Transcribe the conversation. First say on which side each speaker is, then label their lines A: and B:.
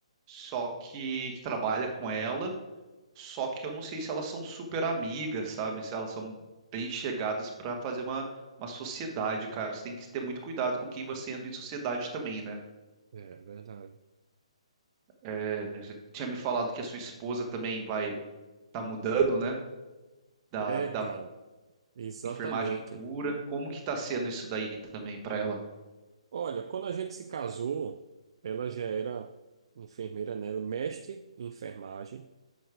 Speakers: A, on the right; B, on the right.
A: só que, que trabalha com ela. Só que eu não sei se elas são super amigas, sabe? Se elas são bem chegadas pra fazer uma, uma sociedade, cara. Você tem que ter muito cuidado com quem você entra em sociedade também, né?
B: É, verdade.
A: É, você tinha me falado que a sua esposa também vai tá mudando, né? Da,
B: É,
A: da
B: cara, exatamente.
A: enfermagem pura. Como que tá sendo isso daí também pra ela?
B: Olha, quando a gente se casou, ela já era enfermeira, né? Ela é Mestre em enfermagem.